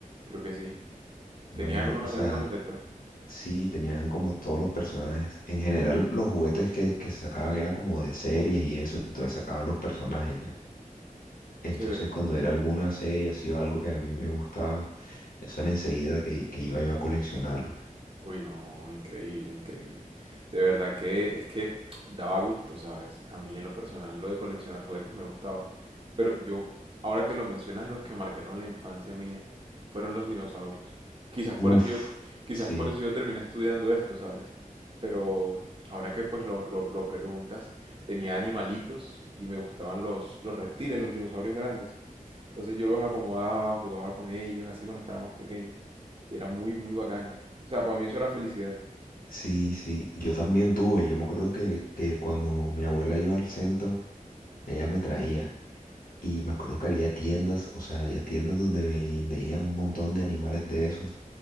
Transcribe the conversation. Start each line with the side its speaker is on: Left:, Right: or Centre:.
Right: Creo que sí.
Left: Bueno,
Right: ¿Tenían
Left: eh,
Right: algún,
Left: o
Right: algún
Left: sea,
Right: objeto?
Left: sí, tenían como todos los personajes. En general, los juguetes que, que sacaban eran como de series y eso, entonces sacaban los personajes ya. Entonces,
Right: Chévere.
Left: cuando era alguna serie así o algo que a mí me gustaba, eso era enseguida que, que iba yo a coleccionarlos.
Right: Uy, no, increíble, increíble. De verdad que es que daba gusto, ¿sabes? A mí en lo personal lo de coleccionar juguetes me gustaba, pero yo, ahora que lo mencionas, los que marcaron la infancia mía fueron los dinosaurios. Quizás por
Left: Uf,
Right: eso yo, quizás
Left: sí,
Right: por eso yo terminé estudiando esto, ¿sabes? Pero ahora que pues lo, lo- lo preguntas, tenía animalitos y me gustaban los, los reptiles, los dinosaurios grandes. Entonces yo los acomodaba, jugaba con ellos, así cuando estaba más pequeño. Y era muy, muy bacano. O sea, para mí eso era felicidad.
Left: sí, sí. Yo también tuve. Yo me acuerdo que, que cuando mi abuela iba al centro, ella me traía. Y me acuerdo que había tiendas, o sea, había tiendas donde ve- vendían un montón de animales de esos.